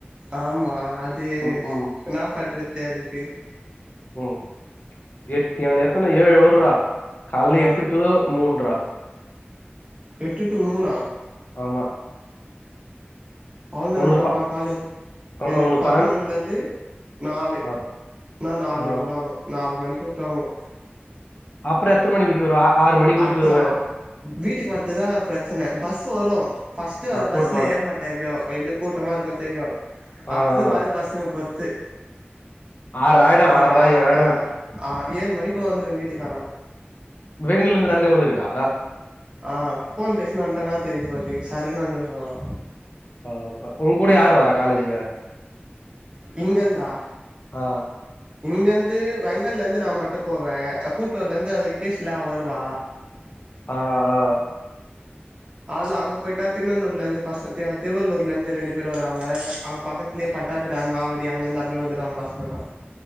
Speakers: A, on the right (about 25°); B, on the left (about 45°).
A: ஆமா அது
B: ம் ம்
A: என்னா பண்றது அதுக்கு
B: உம் எட்டு எங்க எத்தன ஏழு ஊர்ரா கால்ல
A: ஆ
B: எட்டு டு மூன்ரா
A: எட்டு டூ மூணா
B: ஆமா
A: அவ்ளோ நேரமடாப்பா
B: உனக்கு ப
A: காலேஜ்
B: அ
A: எனக்கு
B: அ உனக்கு
A: பதினொன்னுலந்து
B: பதினொ
A: நாலு
B: ஆ
A: நான்னா நாலரைக்கு
B: ஆ
A: விடுவாங்கோ நால் மணிக்கு விட்டுருவாங்கோ
B: அப்புறோ எத்தன மணி வீட்டுக்கு வருவ ஆறு மணிக்கு வீட்டுக்கு
A: அதா
B: வருவ
A: வீட்டுக்கு வர்ரதுதா பிரச்சன பஸ் வொரு ஃபர்ஸ்ட் வர்ர
B: ஆ கூட்டமா
A: பஸ்ல
B: இரு
A: ஏற மாட்டே எப்டியோ எப்டியோ கூட்டமா இருக்கு தெரியு அடுத்தது
B: ஆ ஆ
A: வர்ர பஸ்ஸுங்க பொறுத்து
B: ஆறு ஆயிடு
A: ஒரு
B: ஆறரை
A: ஆ
B: ஏழு ஆயிடு
A: ஆ அ ஏழு மணிக்குள்ள வந்துருவே வீட்டுக்கு ஆனா
B: வெங்கிலந்து நடந்தே வந்திருவியா
A: ஆ போன் பேசினே வந்ட்டனா தெரிய போது தெரி சர்ன்னு வந்திரபோறோ
B: ஓஹோ உன் கூட யாரு வர்ரா காலேஜ்க்கு
A: இங்கந்தா
B: ஆ
A: இங்கிருந்து வெங்கல்லந்து நா மட்டு போவே கூட்டூர்லந்து அந்த விகேஸ்ல்ல அவ வருவா
B: ஆ ஆ
A: அதுல அங்க போயிட்டா திண்ணணூர்லருந்து பசங் திருவள்ளூர்ல்ல இருந்து ரெண்டு பேரு வர்ராங்க அங்க பக்கத்திலயே பட்டா அப்றோ மறுபடி அங்கிந்து அப்டியே வந்துருவாங்க பசங்கல்லா